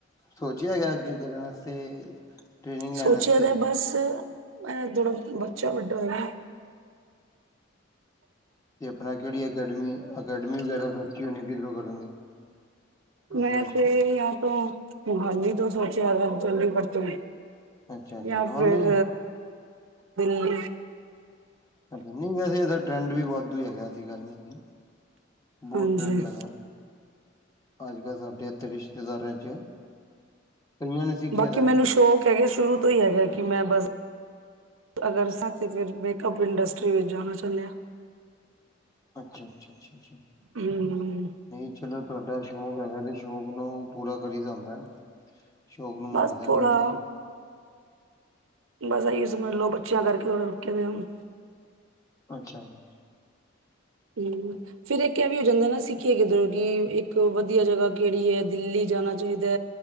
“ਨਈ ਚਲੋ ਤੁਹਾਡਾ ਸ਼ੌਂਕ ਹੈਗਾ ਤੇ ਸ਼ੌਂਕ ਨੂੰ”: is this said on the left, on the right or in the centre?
Left